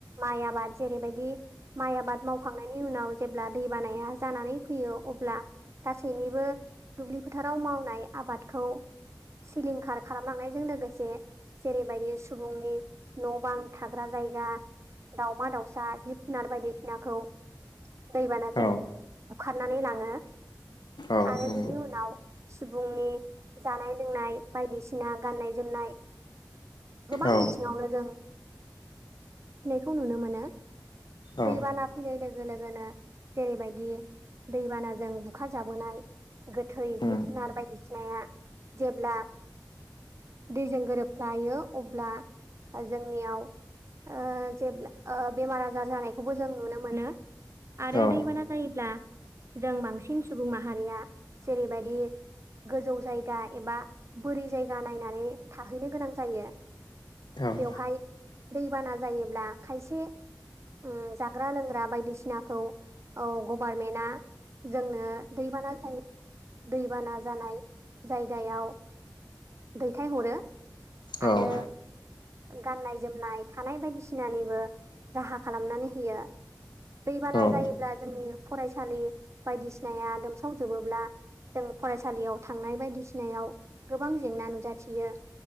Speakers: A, on the right; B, on the left.
A: माइ आबाद जेरैबायदि माइ आबाद मावखांनायनि उनाव जेब्ला दै बानाया जानानै फैयो अब्ला गासैनिबो दुब्लि फोथाराव मावनाय आबादखौ सिलिंखार खालामलांनायजों लोगोसे जेरैबायदि सुबुंनि न' बां थाग्रा जायगा दावमा दाउसा जिब जुनार बायदिसिनाखौ दैबानाजों
B: औ
A: बुखारनानै लाङो
B: औ
A: आरो
B: नंगौ
A: बेनि उनाव सुबुंनि जानाय लोंनाय बायदिसिना गाननाय जोमनाय गोबां
B: औ
A: बिथिङावनो जों फिनायखौ नुनो मोनो
B: औ
A: दैबाना फैनाय लोगो लोगोनो जेरैबायदि दैबानाजों बुखार जाबोनाय। गोथै
B: उम
A: जिब
B: औ
A: जुनार बायदिसिनाया जेब्ला दैजों गोरोबफ्लायो अब्ला जोंनियाव ओ जेब्ला ओ बेमार आजार जानायखौबो जों नुनो मोनो। आरो
B: औ
A: दैबाना जायोब्ला जों बांसिन सुबुं माहारिया जेरैबायदि गोजौ जायगा एबा बोरि जायगा नायनानै थाहैनो गोनां जायो।
B: उम
A: बेवहाय दैबाना जायोब्ला खायसे उम जाग्रा लोंग्रा बायदिसिनाखौ औ गभारमेन्टआ जोंनो दैबाना जायो दैबाना जानाय जायगायाव दैथायहरो।
B: औ
A: आरो गाननाय जोमनाय थानाय बायदिसिनानिबो राहा खालामनानै होयो। दैबाना
B: औ
A: जायोब्ला जोंनि फरायसालि बायदिसिनाया लोमसावजोबोब्ला जों फरायसालियाव थांनाय बायदिसिनायाव गोबां जेंना नुजाथियो।